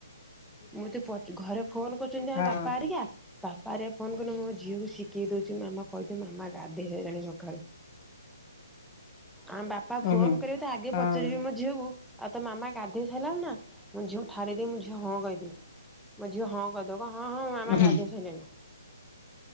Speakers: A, in the centre; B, on the left (about 20°).
A: ମଁତେ ଘରେ ଫୋନ୍ କରୁଛନ୍ତି ଆମ
B: ହଁ
A: ବାପା ଆରିକା ବାପା ଅରିକା ଫୋନ୍ କଲେ ମୋ ଝିଅକୁ ଶିଖେଇ ଦଉଚି ମାମା କହିଦେ ମାମା ଗାଧେଇ ସାରିଲାଣି ସଖାଳୁ। ଆମ ବାପା ଫୋନ୍
B: ଉହୁଁ
A: କରିବେତ ଆଗେ
B: ହଁ
A: ପଚାରିବେ ମୋ ଝିଅକୁ ଆଉ ତ ମାମା ଗାଧେଇ ସାରିଲା ନା ମୁଁ ଝିଅ ଠାରି ଦେଇ ମୁଁ ଝିଅ ହଁ କହି ମୋ ଝିଅ ହଁ କହିଦବ କହିବ ହଁ ହଁ ମାମା
B: ଉହୁଁ
A: ଗାଧେଇ ସାଇଲାଣି।